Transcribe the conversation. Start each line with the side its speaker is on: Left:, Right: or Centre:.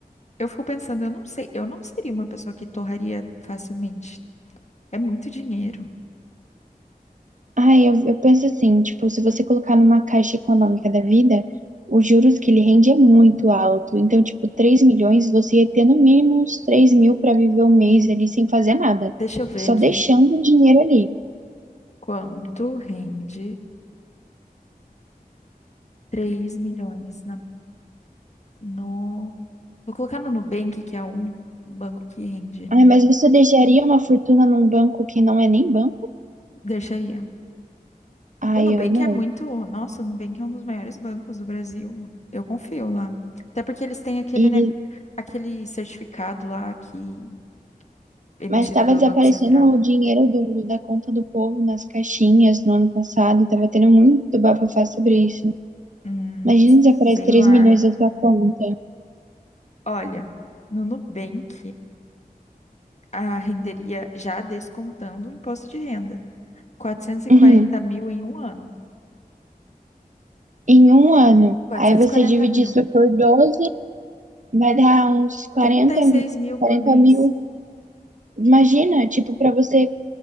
Left: eu fico pensando, eu não sei, eu não seria uma pessoa que torraria facilmente. É muito dinheiro.
Right: Ai, eu, eu penso assim, tipo, se você colocar numa caixa econômica da vida, os juros que ele rende é muito alto. Então, tipo, 3 milhões, você ia ter no mínimo uns 3 mil para viver um mês ali sem fazer nada.
Left: Deixa eu ver
Right: Só
Left: aqui.
Right: deixando o dinheiro ali.
Left: Quanto rende 3 milhões na, no. Vou colocar no Nubank, que é um banco que rende, né?
Right: Ai, mas você deixaria uma fortuna num banco que não é nem banco?
Left: Deixaria.
Right: Ai,
Left: O Nubank
Right: eu não.
Left: é muito. Nossa, o Nubank é um dos maiores bancos do Brasil. Eu confio lá. Até porque eles têm aquele,
Right: E,
Left: ne- aquele certificado lá que é emitido
Right: mas estava
Left: pelo
Right: desaparecendo
Left: Banco Central.
Right: o dinheiro do, da conta do povo nas caixinhas no ano passado. estava tendo muito bafafá sobre isso.
Left: Hum,
Right: Imagina desaparece
Left: sei
Right: 3
Left: lá.
Right: milhões da sua conta.
Left: Olha, no Nubank, a renderia já descontando o imposto de renda. 440
Right: <laughs>
Left: mil em um ano.
Right: Em um ano.
Left: 440
Right: Aí você divide
Left: mil.
Right: isso por doze vai dar uns quarenta
Left: 36 mil
Right: 40
Left: por mês.
Right: mil. Imagina, tipo, pra você